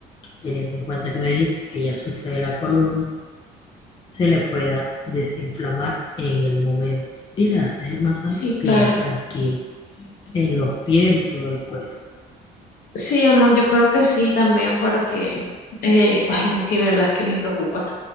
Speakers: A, on the left; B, on the left.
A: teniendo en cuenta que me dijiste que ella sufre de la columna, se le pueda desinflamar en el momento. Y le haces el masaje
B: Sí, claro.
A: bien tranquilo, en los pies y todo el cuerpo.
B: Sí, amor, yo creo que sí también porque, eh, ay, no es que de verdad es que me preocupa.